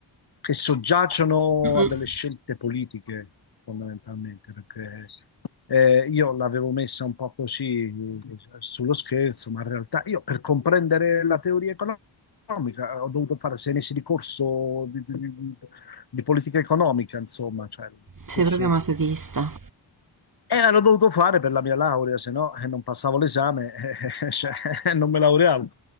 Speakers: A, on the left; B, on the right.
A: che soggiacciono
B: Mm,
A: a delle scelte politiche, fondamentalmente, perché Eh, io l'avevo messa un po' così eh, sullo scherzo, ma in realtà io per comprendere la teoria economica eh, ho dovuto fare sei mesi di corso di, di- di- di politica economica, insomma, cioè,
B: Sei
A: corso...
B: proprio masochista.
A: E l'ho dovuto fare per la mia laurea, se no eh, non passavo l'esame, <laughs> eh, cioè, eh, non me laureavo.